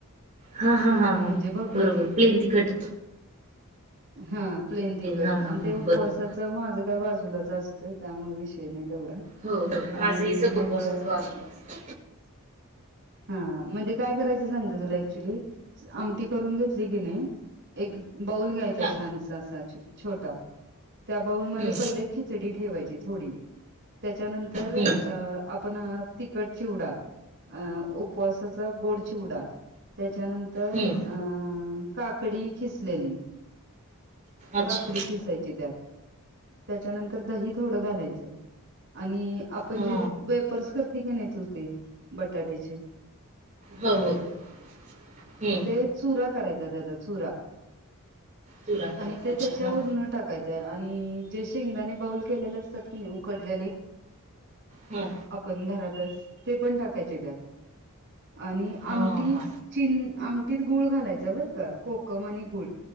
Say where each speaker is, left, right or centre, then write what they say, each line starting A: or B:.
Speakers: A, on the right; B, on the right.
A: हा, हा, हा, हा
B: म्हणजे भगवती
A: बरोबर प्लेन तिखट
B: हा प्लेन तिकट
A: हा हा
B: आणि ते
A: हा
B: उपवासाच
A: बरोबर
B: माझं व्हयं बाजूलाच असतंय त्यामुळे विषय नाही. तेवढा
A: हो बरोबर माझं
B: आणि
A: ही सगळं
B: मग
A: उपवासाच बाजूला असत
B: हा म्हणजे काय करायचं सांगत तुला ऍक्च्युली आमटी करून घेतली कीने एक बाऊल घ्यायचां
A: हा
B: छानच असा छोटा त्या बाउलमध्ये
A: हम्म
B: पहिले खिचडी ठेवायची. थोडी त्याच्यानंतर
A: हम्म
B: अं आप पण तिखटची चिव अ उपवासाचा गोड चिवडा त्याचा त्यानंतर
A: हम्म
B: अ काकडी खिसलेली
A: अच्छा
B: काकडी खिसायची त्यात त्याच्यानंतर दही थोडं घालायचं आणि आपण
A: हा
B: जे वेपर्स करत ती कने तू ते बटाट्याचे
A: हो
B: तळून
A: हो हम्म
B: ते चुरा करायचा त्याचा सुरा
A: चुरा करायचा
B: आणि ते
A: अच्छा
B: त्याच्यावर
A: हा
B: न टाकायचं आणि आणि जे शेंगदाने बाऊल केलेले असतात कि नाही उकडलेले
A: हा
B: आपण घरातच ते पण टाक कायची त्या आणि
A: हा
B: आमटी
A: हा
B: चिन आम तत गुळ घालायच बरं का कोकम आणि गुळ